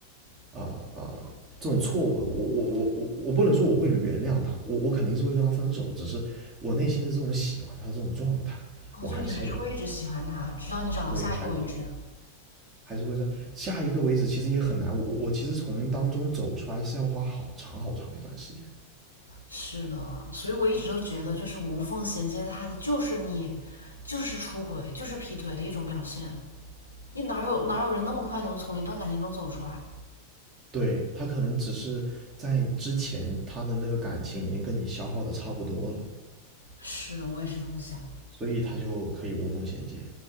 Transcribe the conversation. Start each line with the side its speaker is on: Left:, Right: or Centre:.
Right: 啊、啊、这种错误的话，我我我我我不能说我会原谅他，我我肯定是会跟他分手，只是我内心的这种喜欢他这种状态，
Left: 我觉得你还是会一直喜欢他，
Right: 我还是
Left: 直到你找到下一个为止。
Right: 对还还是会说下一个为止其实也很难，我我我其实从当中走出来是要花好长好长一段时间。
Left: 是的，所以我一直都觉得，就是无缝衔接他的，就是你，就是出轨，就是劈腿的一种表现。你哪有哪有人那么快能从一段感情中走出来？
Right: 对，他可能只是在之前他的那个感情已经跟你消耗的差不多了，
Left: 是的，我也是这么想。
Right: 所以他就可以无缝衔接。